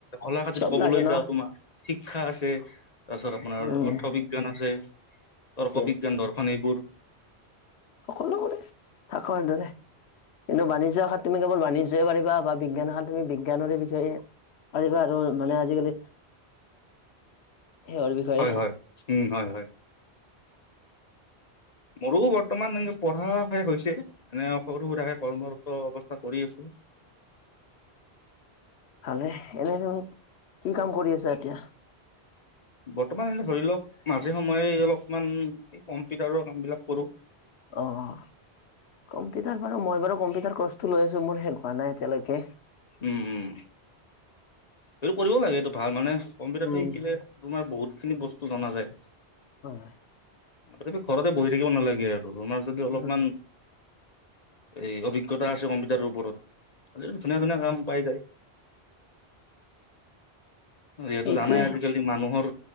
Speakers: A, on the left; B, on the left.
A: কলা শাখাত
B: চব
A: যদি ক'বলৈ
B: লাগে ন
A: যাঁও তোমাৰ, শিক্ষা আছে। তাৰপিছত আপোনাৰ
B: উম
A: অৰ্থবিজ্ঞান আছে, তৰ্ক
B: আছে
A: বিজ্ঞান দৰ্শন এইবোৰ।
B: সকলোবোৰে থাকৰ দৰে। কিন্তু বানিজ্য শাখাত তুমি কেৱল বাণিজ্যই পাৰিবা, বা বিজ্ঞান শাখাত তুমি বিজ্ঞানৰে বিষয়ে পাৰিবা আৰু মানে আজিকালি সেহৰ বিষয়ে
A: হয়-হয়, উম, হয়-হয়। মোৰো বৰ্তমান এনে পঢ়া শেষ হৈছেই, এনে সৰু সুৰাকে কৰ্মৰত অৱস্থা কৰি আছো।
B: ভাল হে এনে তুমি, কি কাম কৰি আছা এতিয়া?
A: বৰ্তমান এনে ধৰি লওঁক মাজে সময়ে অলপমান, কম্পিউটাৰৰ কাম বিলাক কৰোঁ।
B: অ', অ'। কম্পিউটাৰ বাৰু মই বাৰু কম্পিউটাৰ কোৰ্চ লৈ আছো, মোৰ শেষ হোৱা নাই এতিয়ালৈকে।
A: উম, উম। এইটো কৰিব লাগে এইটো ভাল মানে কম্পিউটাৰতো
B: উম
A: শিকিলে, তোমাৰ বহুতখিনি বস্তু জনা যায়।
B: হয়, হয়।
A: তথাপি ঘৰতে বহি থাকিব নালাগে আৰু তোমাৰ যদি অলপমান
B: উম
A: এই অভিজ্ঞতা আছে কম্পিউটাৰৰ ওপৰত <unintelligible>
B: হয়
A: কাম পাই যায়। যিহেতু
B: এইটোৱে
A: জানাই আজিকালি মানুহৰ